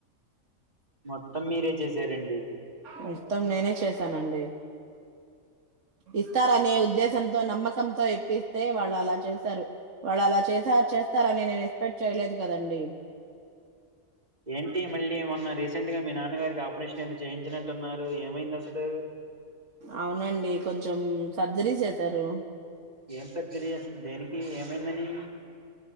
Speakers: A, on the right; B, on the right.
A: మొత్తం మీరే చేసారండి
B: మొత్తం నేనే చేశానండి. అ ఇస్తారనే ఉద్దేశంతో, నమ్మకంతో, ఇప్పిస్తే వాళ్ళు అలా చేసారు వాళ్ళు అలా చేస్. తార్ చేస్తారని నేను ఎక్స్పెక్ట్ చేయలేదు కదండి
A: ఏంటి మళ్ళీ మ ఉన్న రీసెంట్ గా మీ నాన్నగారికి ఆపరేషన్ ఏందో చేయించినట్టున్నారు ఏమైంది అసలూ.
B: అవునండీ కొంచెం సర్జరీ చేసారు
A: ఏం సర్జరీ అసల్ దేనికీ ఏమైందని